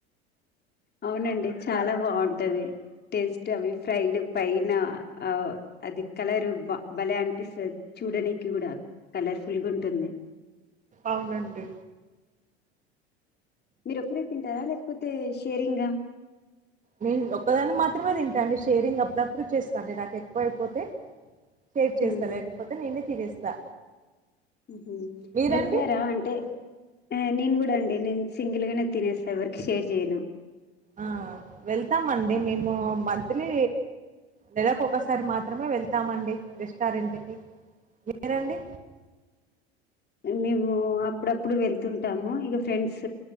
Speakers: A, on the left (about 30°); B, on the right (about 25°).
A: అవునండి చాలా బాగుంటది. టేస్ట్ అవి ఫ్రైడ్ పైన ఆ అది కలర్ భలే అనిపిస్తది చూడనికి కూడా కలర్ ఫుల్గా ఉంటుంది
B: అవునండి
A: మీరు ఒకరే తింటారా లేక పుతేష్ కేరింగా
B: నేను ఒక్కదాని మాత్రమే తింటాండి షేరింగ్ అప్పుడప్పుడు చేస్తా అండి నాకు ఎక్కువ అయిపోతే షేర్ చేస్తా
A: ఉమ్
B: లేకపోతే నేనె తినేస్తా
A: హ
B: మీరండి?
A: వెళ్తారా అంటే నేను కూడా అండి నేను సింగిల్ గానేెతినేస్తా ఎవరికి షేర్ చేయను.
B: ఆ వెళ్తామండి మేము మంత్లీ దాదాపు ఒకసారి మాత్రమే వెళ్తామండి రెస్టారెంట్ కి. ఏరండి
A: మేము అప్పుడప్పుడు వెళ్తుంటాము. ఇక ఫ్రెండ్స్